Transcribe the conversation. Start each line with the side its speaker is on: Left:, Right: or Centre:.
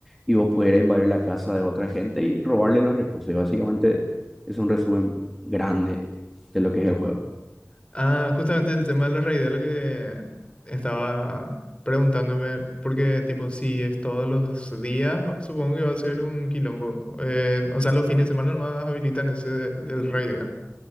Centre: y vos poder invadir la casa de otra gente y robarle los recursos. Y básicamente es un resumen grande de lo que es el juego.
Left: Ah, justamente el tema de los reyes, lo que estaba preguntándome, porque tipo, si es todos los días, supongo que va a ser un quilombo. Eh, o sea, los fines de semana nomás habilitan ese de- del rey,